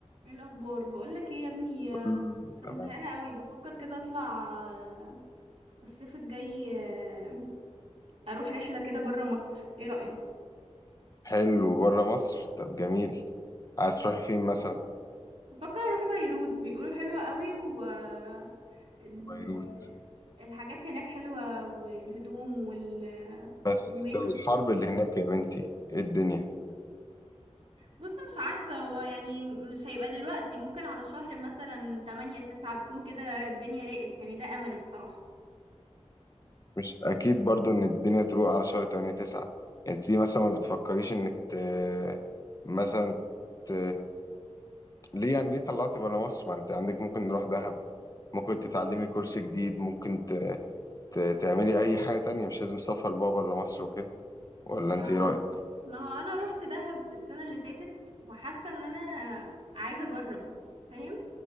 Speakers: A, on the right; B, on the left.
A: ايه الاخبار بقولك ايه يا ابني آه،
B: مم،
A: انا
B: تمام
A: زهقانه قوي بفكر كده اطلع آه، الصيف الجاي آه، اروح رحله كده برا مصر ايه رايك
B: حلو بره مصر طب جميل عايز تروحي فين مثلا
A: بفكر اروح بيروت بيقولوا حلوه قوي و آه، ال...
B: بيروت
A: الحاجات هناك حلوه والهدوم وال
B: بس
A: والميك
B: الحرب
A: اب
B: اللي هناك يا بنتي ايه الدنيا
A: بص مش عارفه هو يعني مش هيبقى دلوقتي ممكن على شهر مثلا 8 9 تكون كده الدنيا راقت يعني ده املي الصراحه
B: مش اكيد برضو ان الدنيا تروق على شهر 8 9 انت ليه مثلا ما بتفكريش انك ت... مثلا ت... ليه يعني ليه طلعتي بره مصر ما انت عندك ممكن نروح دهب ممكن تتعلمي كورس جديد ممكن ت... ت... تعملي اي حاجة تانية مش لازم سفر بقى بره مصر وكده ولا
A: ما
B: انت ايه رأيك
A: ما هو انا رحت دهب السنه اللي فاتت وحاسه ان انا عايزه اجرب فاهم